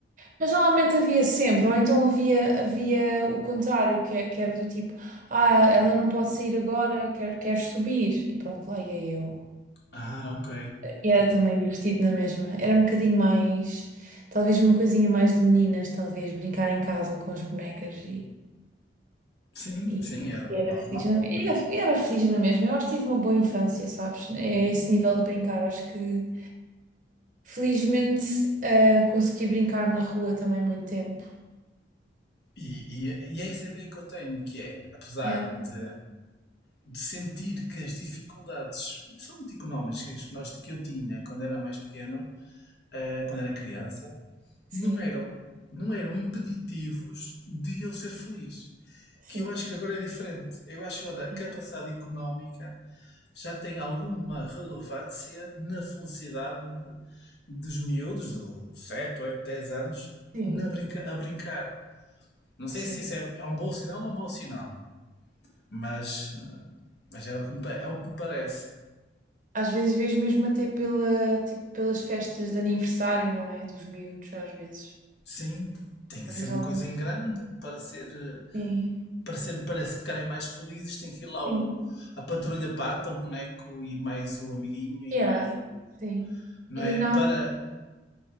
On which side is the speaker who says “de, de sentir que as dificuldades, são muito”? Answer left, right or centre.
Left